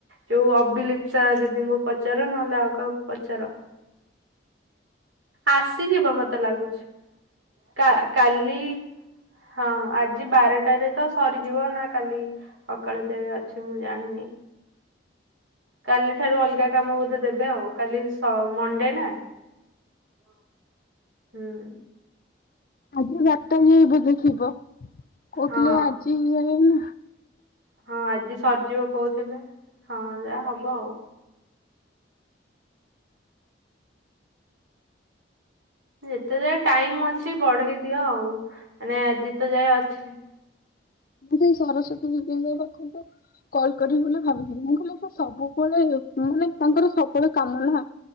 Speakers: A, on the right; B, on the left.
A: ଯୋଉ ଅଭିଲିପ୍ସା ଦିଦିଙ୍କୁ ପଚାର ନହେଲେ ଆଉ କାହାକୁ ପଚାର। ଆସିଯିବ ମତେ ଲାଗୁଛି। କା-କାଲି ହଁ ଆଜି ବାରଟାରେ ତ ସରିଯିବ। ନା କାଲି ସକାଳ ଯାଏ ଅଛି ମୁଁ ଜାଣିନି। କାଲି ଠାରୁ ଅଲଗା କାମ ବୋଧେ ଦେବେ? ଆଉ କାଲି ସ- ମଣ୍ଡେ ନା। ହୁଁ।
B: ଆଜି ବାରଟା ଯାଏ ବୋଧେ ଥିବ। କହୁଥିଲେ
A: ହଁ
B: ଆଜି ଏଇନା
A: ହଁ ଆଜି ସରିଯିବ କହୁଥିଲେ। ହଁ ଯାହା ହବ ଆଉ। ଯେତେ ଯାଏ ଟାଇମ୍ ଅଛି ବଢେଇ ଦିଅ। ଆଉ ମାନେ ଆଜି ତ ଯାଏ ଅଛି।
B: ମୁଁ ସେଇ ସରସ୍ଵତୀ ବିଦ୍ୟାଳୟ ପାଖକୁ, କଲ୍ କରିବି ବୋଲି ଭାବୁଥିଲି ମୁଁ ସବୁବେଳେ ମାନେ ତାଙ୍କର ସବୁବେଳେ କାମନା,